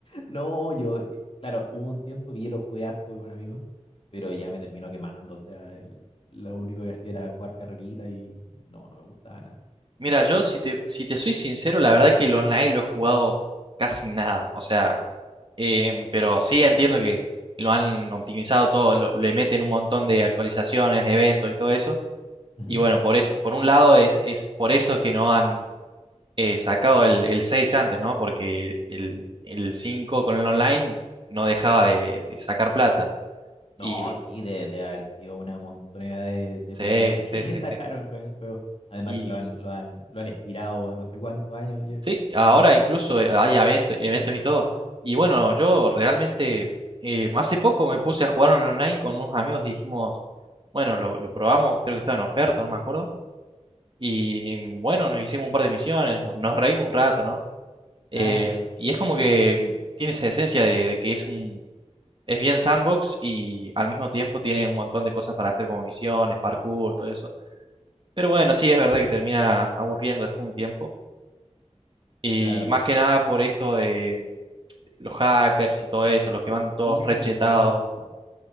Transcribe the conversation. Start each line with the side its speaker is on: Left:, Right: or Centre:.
Left: No, yo, eh, claro, hubo un tiempo que yo lo jugué harto con amigos, pero ya me terminó quemando, o sea, el- lo único que hacía era jugar carrerita y no, no me gustaba nada.
Right: Mira, yo si te, si te soy sincero, la verdad que el online lo he jugado casi nada. O sea, em, pero sí entiendo que lo han optimizado todo, lo- le meten un montón de actualizaciones, eventos y todo eso.
Left: Ujú.
Right: Y bueno, por eso, por un lado es, es por eso que no han eh, sacado el, el 6 antes, ¿no? Porque el, el 5 con el online no dejaba de, de sacar plata.
Left: No,
Right: Y
Left: sí, de, de haber sido una montonera de, de
Right: sí,
Left: plata que,
Right: sí,
Left: <laughs> que
Right: sí,
Left: sacaron
Right: sí.
Left: con el juego. Además
Right: Y
Left: que lo han, lo han, lo han estirado no sé cuántos años ya.
Right: sí, ahora incluso eh, hay evento- eventos y todo. Y bueno, yo realmente eh, hace poco me puse a jugar en online con unos amigos, dijimos, bueno, lo, lo probamos, creo que estaba en oferta, no me acuerdo. Y mm, bueno, nos hicimos un par de misiones, nos, nos reímos un rato, ¿no? Eh,
Left: Claro,
Right: y es como que mm, tiene esa esencia de de que es un Es bien sandbox y al mismo tiempo tiene un montón de cosas para hacer como misiones, parkour, todo eso. Pero bueno, sí es verdad que termina aburriendo después de un tiempo. Y
Left: claro.
Right: más que nada por esto de los hackers y todo eso, los que van todos
Left: Sí,
Right: rechetados.
Left: no.